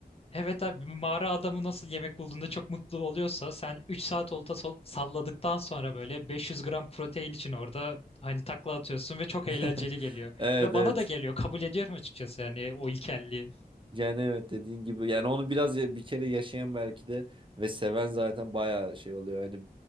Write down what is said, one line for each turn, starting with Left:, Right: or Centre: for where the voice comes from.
Left: Evet abi bir mağara adamı nasıl yemek bulduğunda çok mutlu oluyorsa sen 3 saat olta sol- salladıktan sonra böyle 500 gram protein için orada hani takla atıyorsun ve çok
Right: <laughs>
Left: eğlenceli geliyor.
Right: Evet
Left: Ve bana
Right: evet.
Left: da geliyor kabul ediyorum açıkçası yani o ilkelliği.
Right: Yani evet dediğin gibi yani onu biraz ya, bir kere yaşayan belki de ve seven zaten bayağı şey oluyor. Hani